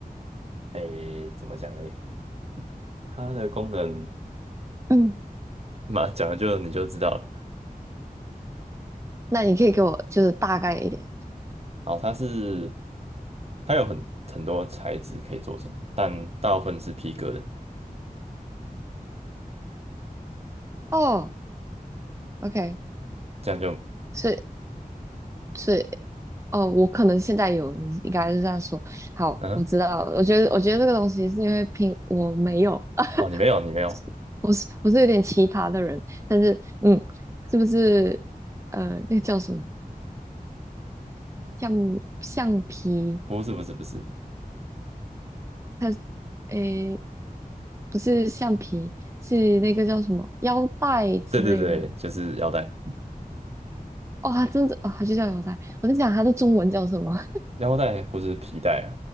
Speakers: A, on the right; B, on the right.
A: 诶，怎么讲嘞？它的功能
B: <coughs> 嗯，
A: 嘛，<laughs> 讲了就你就知道了。
B: 那你可以给我就是大概一点。
A: 好，它是它有很很多材质可以做成，但大部分是皮革的。
B: 哦，OK，
A: 这样就
B: 所以所以哦，我可能现在有，你应该是这样说。好，
A: 嗯
B: 我知道了。我觉得，我觉得这个东西是因为拼我没有，
A: 哦，你没有你没有，
B: <laughs> 我是我是有点奇葩的人，但是嗯，是不是呃那个叫什么橡橡皮？
A: 不是不是不是，
B: 它诶不是橡皮，是那个叫什么腰带之类的。
A: 对对对，就是腰带、
B: 哦，它真的哦，它就叫腰带。我在想它的中文叫什么？<laughs>
A: 腰带或是皮带啊，